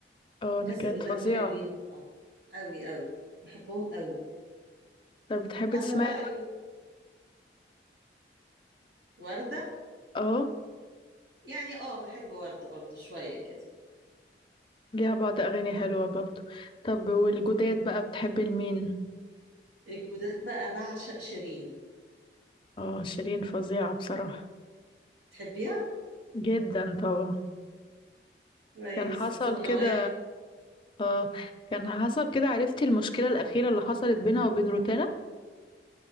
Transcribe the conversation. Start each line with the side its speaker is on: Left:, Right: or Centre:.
Left: اه
Right: ناس
Left: نجاة
Right: القدام
Left: فظيعة
Right: الحلوين اه قوي قوي بحبهم قوي
Left: طب بتحبي
Right: اما
Left: تسمعي
Right: بقى الوردة
Left: اه
Right: يعني اه بحب وردة برضو شوية كده
Left: ليها بعض اغاني حلوة برضو طب والجداد بقى بتحبي لمين
Right: الجودات بقى بعشق شيرين
Left: اه شيرين فظيعة بصراحة
Right: تحبيها
Left: جدا طبعا
Right: كويس
Left: كان حصل
Right: ذوقنا
Left: كده
Right: واحد
Left: اه كان حصل كده عرفتي المشكلة الأخيرة اللي حصلت بينها وبين روتانا